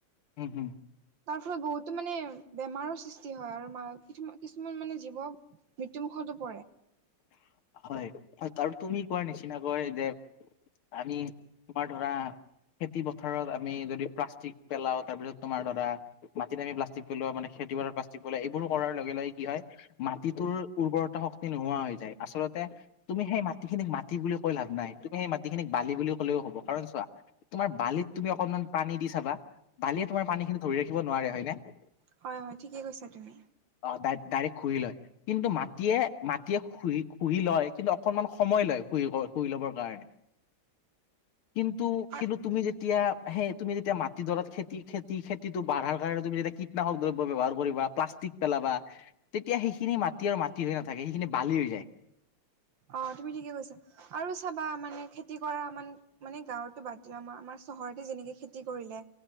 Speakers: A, on the left; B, on the right.
A: হুম হুম।
B: তাৰ ফলত বহুত টো মানে বেমাৰৰ সৃষ্টি হয়। আৰু মা কিছুমা কিছুমান মানে জীৱ মৃত্যু মুখতো পৰে।
A: হয় হয়। কাৰণ তুমি কোৱাৰ নিচিনাকৈ যে আমি তোমাৰ ধৰা খেতি পথাৰত আমি যদি প্লাষ্টিক পেলাওঁ তাৰপিছত তোমাৰ দদা মাটিত আমি প্লাষ্টিক পেলোৱা মানে খেতি বাৰত প্লাষ্টিক পেলোৱা, এইবোৰো কৰাৰ লগে লগে কি হয় মাটিটোৰ উৰ্বৰতা শক্তি নোহোৱা হয়। আচলতে তুমি সেই মাটিখিনিক মাটি বুলি কৈ লাভ নাই। তুমি সেই মাটিখিনিক বালি বুলি ক'লেও হ'ব। কাৰণ চোৱা তোমাৰ বালিত তুমি অকনমান পানী দি চাবা। বালিয়ে তোমাৰ পানীখিনি ধৰি ৰাখিব নোৱাৰে, হয়নে?
B: হয় হয়, ঠিকে কৈছা তুমি।
A: অ', ডাই ডাইৰেক্ট শুহি লয়। কিন্তু মাটিয়ে মাটিয়ে শুহি শুহি লয়। কিন্তু অকনমান সময় লয় শুহি কৰ শুহি ল'বৰ কাৰণে। কিন্তু
B: আৰু
A: কিন্তু তুমি যে তেতিয়া সেই তুমি যেতিয়া মাটিডৰাত খেতি-খেতি-খেতিটো বাঢ়াৰ কাৰণে তুমি যেতিয়া কীটনাশক দ্ৰব্য ব্যৱহাৰ কৰিবা, প্লাছ টিক পেলাবা, তেতিয়া সেইখিনি মাটি আৰু মাটি হৈ নাথাকে, সেইখিনি বালি হৈ যায়।
B: অ', তুমি ঠিকে কৈছা। আৰু চাবা মানে খেতি কৰা মান মানে গাঁৱৰতো বাদ দিয়া। আমাৰ-আমাৰ চহৰতে যেনেকে খেতি কৰিলে